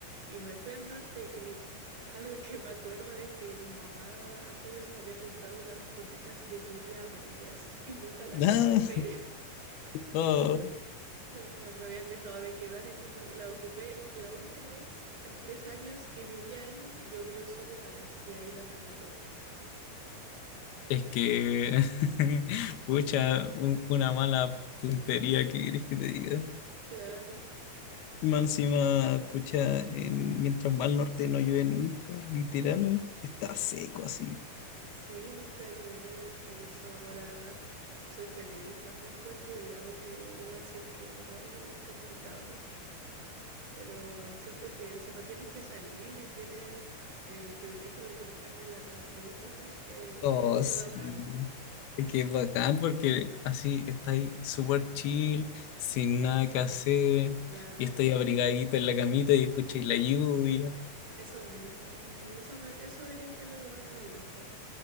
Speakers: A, on the right (about 55°); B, on the left (about 80°).
A: y me fui al norte y <laughs> algo que me acuerdo es que mi mamá antes de eso me había comprado unas botitas de lluvia amarillas y nunca las
B: Ah,
A: ocupé.
B: oh.
A: Se Me, me habían dejado de quedar y nunca la ocupé. La única vez en tres años que viví ahí, llovió solo una vez y ahí las ocupé.
B: Es que, <laughs> pucha, un- una mala puntería, ¿qué querés que te diga?
A: Claro,
B: Más encima, pucha, en- mientras va al norte no llueve nunca, literal, está seco así.
A: sí, nunca llueve, por eso ahora soy feliz también con lluvia, aunque debo decir que igual es complicado. Pero siento que si no tienes que salir y tienes el privilegio de poder quedar de la casita, eh,
B: Oh,
A: es, es
B: sí.
A: bacán.
B: Es que es bacán porque así estáis súper chill, sin nada que hacer,
A: Claro,
B: y estáis abrigadito en la camita y escucháis la lluvia.
A: eso mismo, eh, eso me, eso diría que es lo que más me gusta.